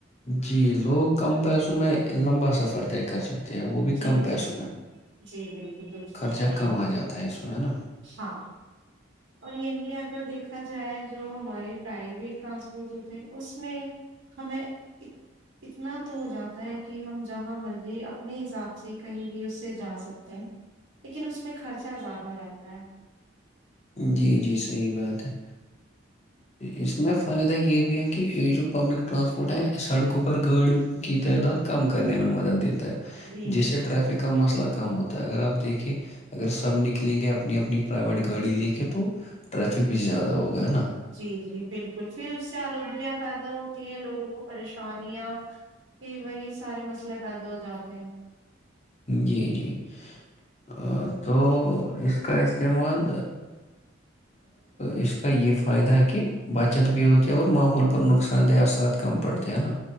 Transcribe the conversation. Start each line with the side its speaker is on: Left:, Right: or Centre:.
Left: جی لوگ کم پیسوں میں لمبا سفر طے کر سکتے ہیں وہ بھی
Right: جی
Left: کم پیسوں
Right: جی
Left: میں
Right: جی بالکل دستا
Left: خرچہ کم
Right: آپ
Left: آ جاتا ہے اس میں ہے نا
Right: ہاں اور یہگی اگر دیکھ دا جائے جو ہمارے پرائیویٹ ٹرانسپورٹ ہوتے ہیں اس میں ہمیں اتنا تو ہو جاتا ہے کہ ہم جہاں مرضی اپنے حساب سے کہیں بھی اس سے جا سکتے ہیں لیکن اس میں خرچہ زیادہ رہتا ہے
Left: جی جی صحیح بات ہے اس میں فائدہ یہ بھی ہے کہ یہ جو پبلک ٹرانسپورٹ ہے سڑکوں پر گاڑیوں کی تعداد کم کرنے میں مدد دیتی ہے
Right: جی جی
Left: جس سے
Right: جی بالکل
Left: ٹریفک کا مسئلہ کم ہوتا ہے اگر آپ دیکھیے اگر سب نکلیں گے اپنی اپنی پرائیویٹ گاڑی لے کے تو ٹریفک بھی زیادہ ہوگا ہے نا
Right: جی جی بالکل پھر اس سے آلودگیاں پیدا ہوتی ہیں لوگوں کو پریشانیاں پ وہی سارے مسئلے پیدا ہو جاتے ہیں
Left: جی جی اور تو اس کا استعمال اس کا یہ فائدہ ہے کہ بچت بھی ہوتی ہے اور ماحول پر نقصان دہ اثرات کم پڑتے ہیں نا